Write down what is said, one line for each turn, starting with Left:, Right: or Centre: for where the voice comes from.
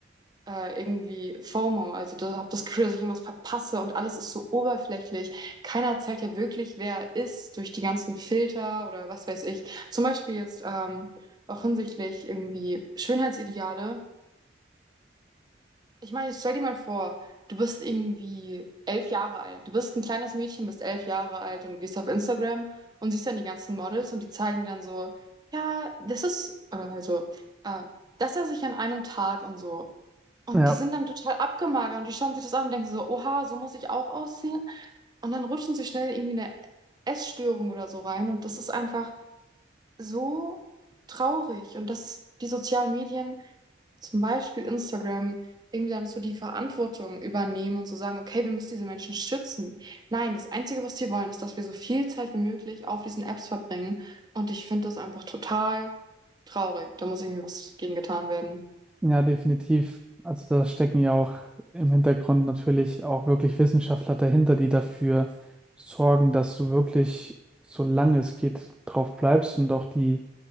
Right: äh, irgendwie FOMO, also da habe das Gefühl, dass ich irgendwas verpasse und alles ist so oberflächlich. Keiner zeigt ja wirklich, wer er ist durch die ganzen Filter oder was weiß ich. Zum Beispiel jetzt ähm, auch hinsichtlich irgendwie Schönheitsideale. Ich meine, jetzt stell dir mal vor, du bist irgendwie elf Jahre alt. Du bist ein kleines Mädchen, bist elf Jahre alt und gehst auf Instagram und siehst dann die ganzen Models und die zeigen dann so, ja, das ist, oder also, äh, das esse ich an einem Tag und so. Und
Centre: Ja,
Right: die sind dann total abgemagert und die schauen sich das an und denken so, oha, so muss ich auch aussehen. Und dann rutschen sie schnell irgendwie eine Essstörung oder so rein. Und das ist einfach so traurig. Und dass die sozialen Medien, zum Beispiel Instagram, irgendwie dann so die Verantwortung übernehmen und so sagen, okay, wir müssen diese Menschen schützen. Nein, das Einzige, was sie wollen, ist, dass wir so viel Zeit wie möglich auf diesen Apps verbringen. Und ich finde das einfach total traurig. Da muss irgendwie was gegen getan werden.
Centre: ja, definitiv. Also da stecken ja auch im Hintergrund natürlich auch wirklich Wissenschaftler dahinter, die dafür sorgen, dass du wirklich, solange es geht, drauf bleibst und auch die